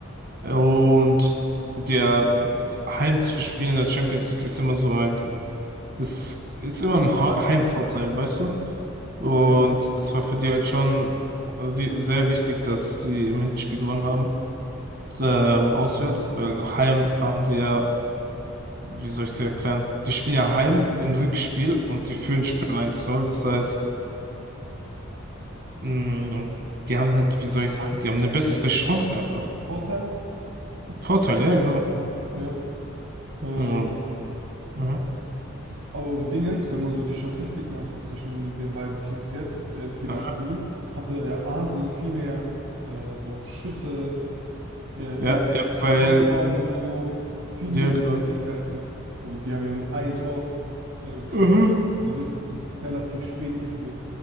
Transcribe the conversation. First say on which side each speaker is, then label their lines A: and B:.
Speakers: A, on the right; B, on the right.
A: Und der Heim zu spielen in der Champions League ist immer so halt, das ist immer ein Ha- Heimvorteil, weißt du? Und
B: Ja.
A: das war für die halt schon wi- sehr wichtig, dass die im Hinspiel gewonnen haben, ähm, auswärts, weil Heim haben die ja, wie soll ich es erklären, die spielen ja Heim im Rückspiel und die führen schon 1-0, das heißt, mh, die haben halt, wie soll ich sagen, die haben eine bessere Chance einfach.
B: Vorteil?
A: Vorteil, ja, genau.
B: Ja. Ähm,
A: Mhm. Mhm.
B: aber Dingens, wenn man so die Statistiken anguckt zwischen den beiden Teams jetzt äh, für das
A: Aha.
B: Spiel, hatte ja Arsenal viel mehr äh, so Schüsse äh,
A: Ja,
B: im,
A: ja,
B: im Strafraum
A: weil,
B: und so, viel
A: ja,
B: mehr
A: genau.
B: Möglichkeiten. Aber die haben ja nur ein Tor äh, geschossen
A: Mhm.
B: und das ist relativ spät im Spiel.